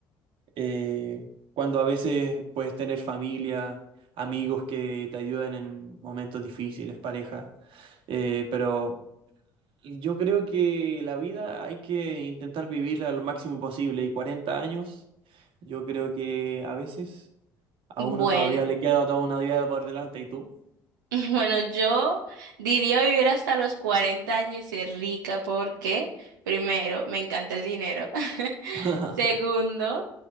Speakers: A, on the right; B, on the right.
A: eh, cuando a veces puedes tener familia, amigos que te ayuden en momentos difíciles, pareja. eh, pero yo creo que la vida hay que intentar vivirla lo máximo posible. Y 40 años, yo creo que a veces a
B: Bueno,
A: uno todavía le queda toda una vida por delante. ¿Y tú?
B: <laughs> bueno, yo diría vivir hasta los 40 años y ser rica porque, primero, me encanta el dinero. <laughs>
A: <laughs>
B: Segundo,